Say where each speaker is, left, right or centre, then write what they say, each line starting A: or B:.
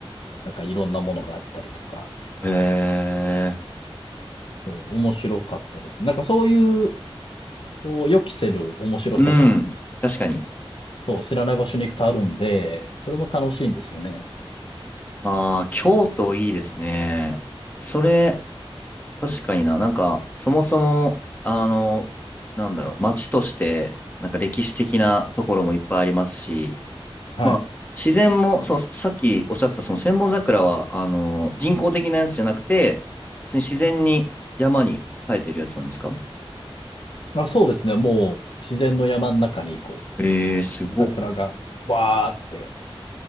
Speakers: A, on the left; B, on the left.
A: なんかいろんなものがあったりとか、
B: へえ。
A: そう面白かったです。なんかそういう、こう、予期せる面白さが、
B: うん。確かに。
A: そう、知らない場所に行くとあるんで、それも楽しいんですよね。
B: ああ、京都いいですね。それ、確かにな。なんか、そもそも、あの、なんだろう、街として、なんか歴史的なところもいっぱいありますし、
A: はい。
B: まあ、自然も、その、さっきおっしゃってた、その千本桜は、あの、人工的なやつじゃなくて、普通に自然に山に生えてるやつなんですか
A: あ、そうですね。もう、自然の山の中に、こう、
B: ええー、すごっ。
A: 桜が、わーって、